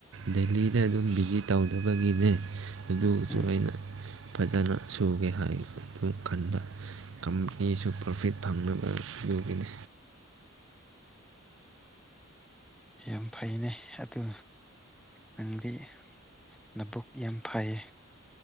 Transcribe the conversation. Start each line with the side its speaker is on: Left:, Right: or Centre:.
Right: ꯗꯦꯂꯤꯗ ꯑꯗꯨꯝ ꯚꯤꯖꯤꯠ ꯇꯧꯗꯕ ꯒꯤꯒꯤꯅꯦ ꯑꯗꯨꯁꯨ
Centre: ꯎꯝ
Right: ꯑꯩꯅ ꯐꯖꯅ ꯁꯨꯒꯦ ꯍꯥꯏꯕꯗꯨ ꯈꯟꯕ ꯀꯝꯄꯅꯤꯁꯨ ꯄ꯭ꯔꯣꯐꯤꯠ ꯐꯪꯅꯕ ꯑꯗꯨꯒꯤꯅꯦ
Centre: ꯌꯥꯝ ꯐꯩꯅꯦ ꯑꯗꯨ ꯅꯪꯗꯤ ꯂꯕꯨꯛ ꯌꯥꯝ ꯐꯩꯌꯦ